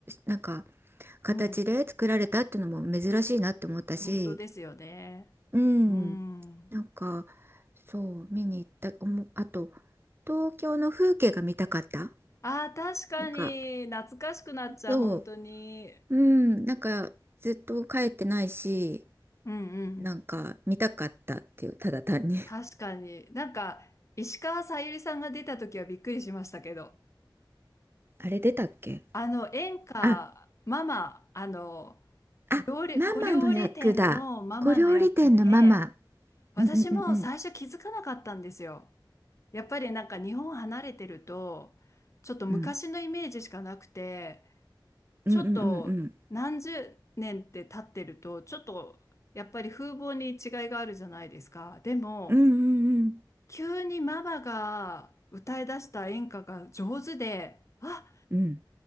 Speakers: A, on the right; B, on the left.
A: なんか形で作られたっていうのも珍しいなって思ったし、
B: う。うん、本当ですよね。
A: うん、
B: うん。
A: なんかそう見に行ったおもあと東京の風景が見たかった
B: ああ、確かに、
A: なんか
B: 懐かしくなっちゃう、
A: そ
B: 本当に。
A: ううんなんかずっと帰ってないし
B: うんうん。
A: なんか見たかったっていうただ単に
B: 確かに。なんか、石川さゆりさんが出た時はびっくりしましたけど。
A: <laughs> あれ出たっけ
B: あの、演歌、
A: あ
B: ママ、あの、
A: あママの役だ小料理店のママ
B: 料理、小料理店のママの役で、私も最初気づかなかったんですよ。
A: うんうんうん
B: やっぱりなんか日本離れてると、ちょっと昔のイメージしかなくて、
A: うんうんうんうん
B: ちょっと何十年って経ってると、ちょっとやっぱり風貌に違いがあるじゃないですか。でも、
A: うんうん
B: 急にママが歌い出した演歌が上手で、あ
A: うんうんうん